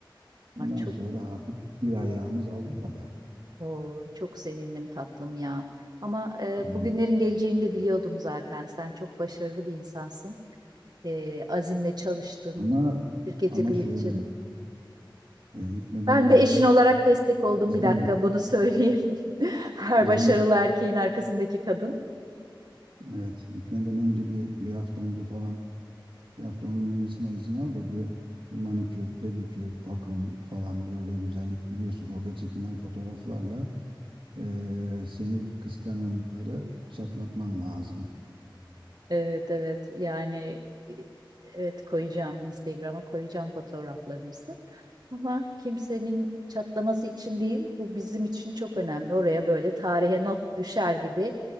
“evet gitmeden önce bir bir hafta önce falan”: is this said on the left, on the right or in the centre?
Right